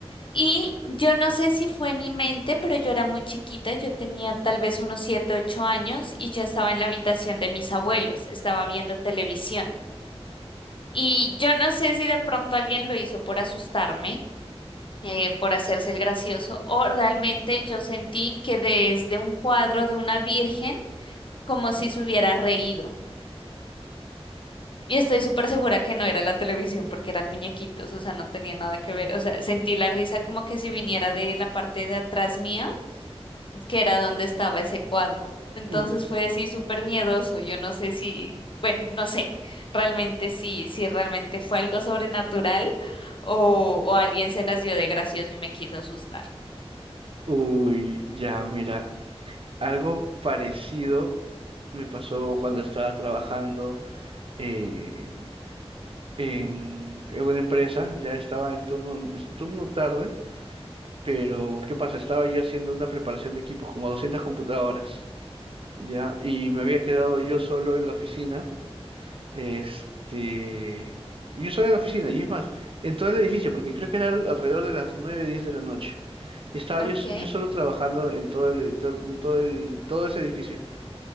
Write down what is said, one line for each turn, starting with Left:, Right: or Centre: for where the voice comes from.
Left: Y yo no sé si fue mi mente, pero yo era muy chiquita, yo tenía tal vez unos siete, ocho años y ya estaba en la habitación de mis abuelos, estaba viendo televisión. Y yo no sé si de pronto alguien lo hizo por asustarme, eh, por hacerse el gracioso, o realmente yo sentí que desde un cuadro de una virgen, como si se hubiera reído. Y estoy súper segura que no era la televisión porque eran muñequitos, o sea, no tenía nada que ver. O sea, sentí la risa como que si viniera de la parte de atrás mía, que era donde estaba ese cuadro. Entonces
Right: U-
Left: fue así súper miedoso. Yo no sé si, bueno, no sé realmente si, si realmente fue algo sobrenatural o, o alguien se las dio de gracioso y me quiso asustar.
Right: Uy, ya, mira, algo parecido me pasó cuando estaba trabajando eh, en, en una empresa, ya estaba en turno, en turno tarde, pero ¿qué pasa? Estaba yo haciendo una preparación de equipos, como 200 computadoras. ya, y me había quedado yo solo en la oficina, este, yo solo en la oficina, y es más, entré al edificio, porque creo que era al- alrededor de las 9 10 de la noche, y estaba
Left: Ok,
Right: yo, s- yo solo trabajando en todo el, en to- en todo el, todo ese edificio,